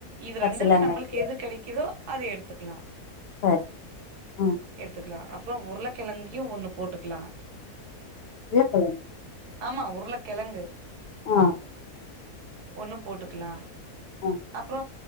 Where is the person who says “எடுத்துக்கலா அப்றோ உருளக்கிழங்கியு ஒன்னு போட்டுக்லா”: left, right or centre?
Right